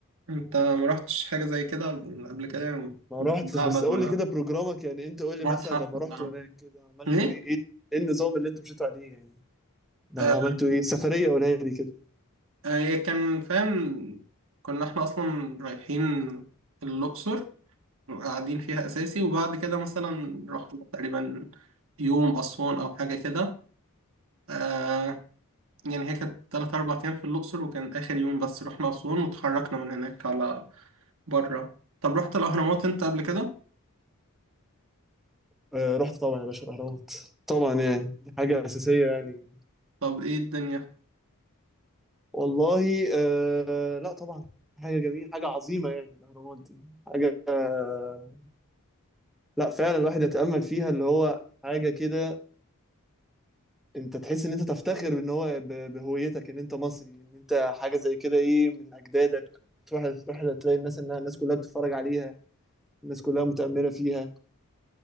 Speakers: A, on the right; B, in the centre.
A: انت ما رحتش حاجة زي كده قبل كده
B: ما روحتش
A: معبد
B: بس قول
A: ولا
B: لي كده بروجرامك يعني انت قول لي
A: متحف
B: مثلا لما رحت
A: ولا
B: هناك كده عملتوا
A: ايه؟
B: ايه ايه ايه النظام اللي انتوا مشيتوا عليه يعني ده
A: آه
B: عملتوا ايه سفريه قولها لي كده
A: آه، هي كان فاهم كنا احنا اصلا رايحين الأقصر وقاعدين فيها أساسي وبعد كده مثلا رحنا تقريبا يوم أسوان أو حاجة كده آه يعني هي كانت تلات أربع أيام في الأقصر وكان آخر يوم بس رحنا أسوان وتحركنا من هناك على برا طب رحت الأهرامات أنت قبل كده؟
B: آه رحت طبعا يا باشا الاهرامات طبعا يعني دي حاجه اساسيه يعني
A: طب ايه الدنيا؟
B: والله آه لا طبعا حاجه جميله حاجه عظيمه يعني الاهرامات دي حاجه آه لا فعلا الواحد يتامل فيها اللي هو حاجه كده انت تحس ان انت تفتخر ان هو ب- بهويتك ان انت مصري ان انت حاجه زي كده ايه من اجدادك تروح تروح تلاقي الناس انها الناس كلها بتتفرج عليها الناس كلها متأملة فيها